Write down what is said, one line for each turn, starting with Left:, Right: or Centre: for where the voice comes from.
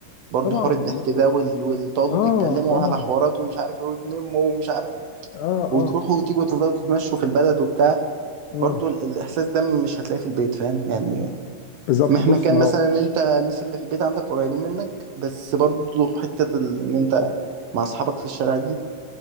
Right: برضو
Left: طبعا
Right: حوار الضحك
Left: لا
Right: ده
Left: لا
Right: وال... وتقعدوا
Left: اه
Right: تتكلموا
Left: اه
Right: على حوارات ومش عارف ايه وتنموا ومش عارف ايه
Left: اه
Right: وتروحوا
Left: اه
Right: وتيجوا وتفضلوا تتمشوا في البلد وبتاع
Left: مم.
Right: برضو ال- الاحساس ده مش هتلاقيه في البيت فاهم يعني
Left: بالظبط
Right: مهما
Left: بص
Right: كان
Left: ما
Right: مثلا
Left: هو
Right: انت الناس اللي في البيت عندك قريبين منك بس برضو حته ال... ان انت مع اصحابك في الشارع دي